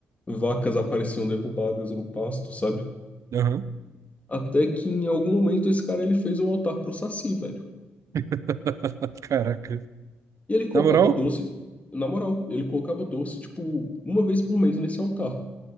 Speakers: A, on the left; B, on the right.
A: vacas apareciam derrubadas no pasto, sabe?
B: Aham.
A: Até que em algum momento esse cara ele fez um altar pro Saci, velho.
B: <laughs> Caraca.
A: E ele colocava
B: Na moral?
A: doce, na moral, ele colocava doce, tipo, uma vez por mês nesse altar.